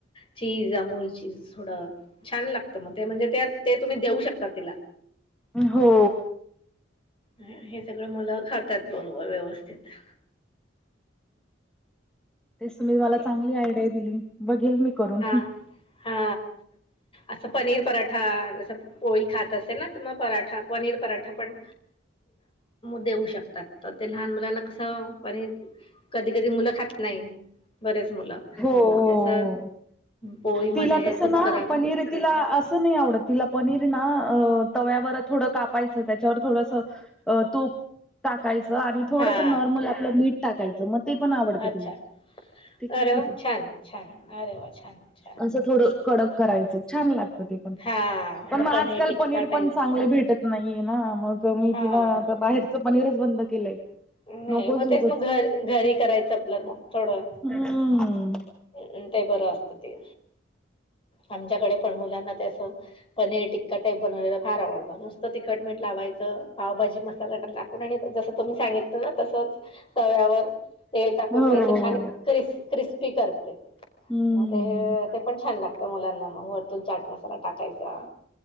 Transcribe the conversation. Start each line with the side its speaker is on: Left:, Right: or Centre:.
Left: चचीज अमूरचीज थोडं छान लागत मग ते म्हणजे ते ते तुम्ही देऊ शकता तिला
Centre: हो
Left: हे सगळ मुलं खातात बरोबर व्यवस्थित
Centre: तेच तुम्ही मला
Left: तेच.
Centre: चांगली आयडिया दिली बघेल मी करून
Left: हा हा असं पनीर पराठा ज पोळी खात असेल ना तर मग पराठा पनीर पराठा पण देऊ शकतात तर ते लहान मुलांना असं पण कधी कधी मुलं खात नाही बरेच मुलं
Centre: हो
Left: मग त्यास पोळीमध्ये
Centre: तिला तस
Left: कुच
Centre: ना
Left: करा
Centre: पनीर तिला असं नाही आवडत तिला पनीर ना तव्यावर थोडं कापायचं त्याच्यावर थोडस तूप टाकायचं आणि थोडस
Left: हा
Centre: नॉर्मल आपलं मीठ टाकायचं मग ते पण आवडत
Left: अच्छा
Centre: तिला ते खाते
Left: अरे वा
Centre: त
Left: छान छान अरे वा छान छान
Centre: असं थोड कडक करायच छान लागत ते पण
Left: हा म्हणजे
Centre: पण मग आजकाल
Left: टिक्का
Centre: पनीर
Left: टाईप
Centre: पण चांगले भेटत नाहीये ना मग मी
Left: हा
Centre: तिला आता बाहेरच पनीरच बंद केलंय
Left: नाही
Centre: नको
Left: मग
Centre: सोगंच
Left: तेच मग घर घरी करायचं आपलं नाग थोडं
Centre: हम्म
Left: अ ते बरं असत ते आमच्याकडे पण मुलांना त्यास पनीर टिक्का टाईप बनवलेला फार आवडतं नसत तिखटेंट लावायचं पावभाजी मसाला टाकून आणि जसं तुम्ही सांगितलं ना तसच तव्यावर तेल टाकून
Centre: हो.
Left: मी असं छान क्रि क्रिस्पी करते
Centre: हम्म
Left: मग ते ते पण छान लागत मुलांना मग वरतून चाट मसाला टाकायचा